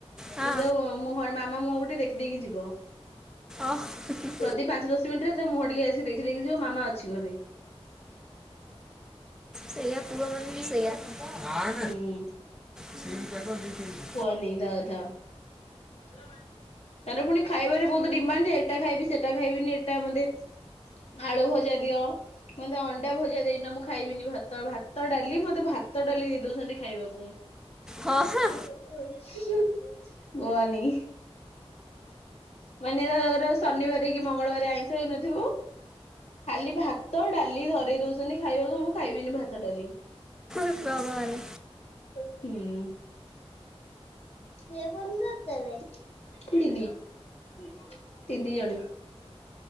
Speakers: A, in the centre; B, on the left.
A: ହଁ
B: କିନ୍ତୁ ମୋହ ମାମା ମୁହଁଟିକେ ଦେଖି ଦେଇ ଯିବ।
A: ଓହ <unintelligible>
B: ପ୍ରତି ପାଞ୍ଚ ଦଶ ମିନିଟ ରେ ତ ମୁହଁଟିକୁ ସିଏ ଦେଖି ଦେଇ ଯିବ ମାମା ଅଛି ଘରେ।
A: ସେଇଆପୁଅ ମାନେ ସେଇଆ। ହଁ
B: ହୁଁ।
A: <unintelligible>
B: କୁହନି ତା କଥା। <inaudible> ତାରେ ପୁଣି ଖାଇବାରେ ବହୁତ ଡିମାଣ୍ଡ ଯେ ଖାଇବି ସେଟା ଖାଇବିନି ଏଇଟା ମତେ ଆଳୁ ଭଜା ଦିଅ। ମତେ ଅଣ୍ଡା ଭଜା ଦେଇନ ମୁଁ ଖାଇବିନି ଭାତ। ଭାତ, ଡାଲି ମତେ ଭାତ ଡାଲି ଦେଇ ଦୋଉଚନ୍ତି ଖାଇବାକୁ।
A: ହଁ ହଁ
B: <inaudible> କୁହନି। ମାନେ ତାର ଶନିବାରେ କି ମଙ୍ଗଳବାରେ ଆଇଁଷ ହେଇନଥିବୁ ଖାଲି ଭାତ ଡାଲି ଧରେଇ ଦୋଉଚନ୍ତି ଖାଇବାକୁ ମୁଁ ଖାଇବିନି ଭାତ ଡାଲି।
A: ଭଗବାନ।
B: <unintelligible> ହୁଁ। <unintelligible> <inaudible> ଦିଦି ଜଣେ।